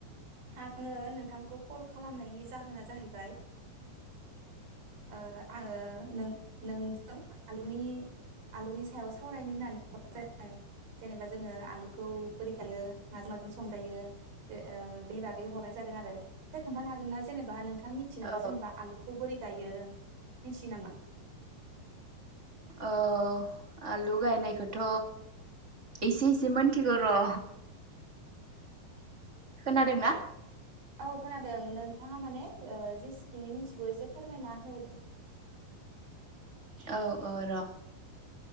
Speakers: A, on the right; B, on the right.
A: आङो नोंथांखौ कल खालामनायनि जाहोना जाहैबाय ओ आङो नों नोंजों आलुनि आलुनि सायाव सावरायनो होननानै <unintelligible> जेनेबा जोङो आलुखौ बोरै गायो माजों माजों संजायो बे ओ बे बागै हरनाय जादों आरो फाय खोन्थानो हागोन ना? जेनेबा थाङा मिथियो
B: औ
A: नामा जेनेबा आलुखौ बोरै गायो मिथियो नामा?
B: औ आलु गायनायखौथ एसे एसे मोनथिगौ र खोनादोंना?
A: औ खोनादों नोंथाङा माने ओ जेसेखिनि मिथिगौ एसे फोरमायना हो
B: औ औ र